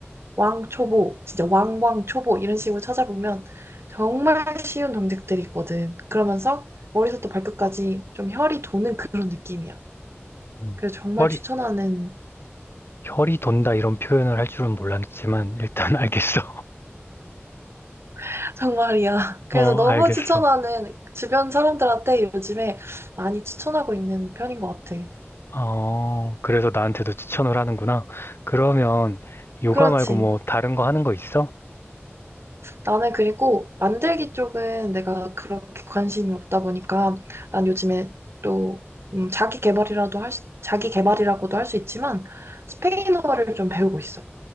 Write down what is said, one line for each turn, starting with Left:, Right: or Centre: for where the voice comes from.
Right: 왕초보, 진짜 왕왕초보 이런 식으로 찾아보면 정말 쉬운 정책들이 있거든. 그러면서 머리부터 발끝까지 좀 혈이 도는 그런 느낌이야.
Left: 음.
Right: 그래서 정말
Left: 허리,
Right: 추천하는,
Left: 혈이 돈다 이런 표현을 할 줄은 몰랐지만 일단 <laughs> 알겠어.
Right: <laughs> 정말이야. 그래서
Left: 어,
Right: 너무
Left: 알겠어.
Right: 추천하는 주변 사람들한테 요즘에 많이 추천하고 있는 편인 것 같아.
Left: 어, 그래서 나한테도 추천을 하는구나. 그러면 요가
Right: 그렇지.
Left: 말고 뭐 다른 거 하는 거 있어?
Right: 나는 그리고 만들기 쪽은 내가 그렇게 관심이 없다 보니까 난 요즘에 또 음, 자기 개발이라도 할 수, 자기 개발이라고도 할 수 있지만 스페인어를 좀 배우고 있어.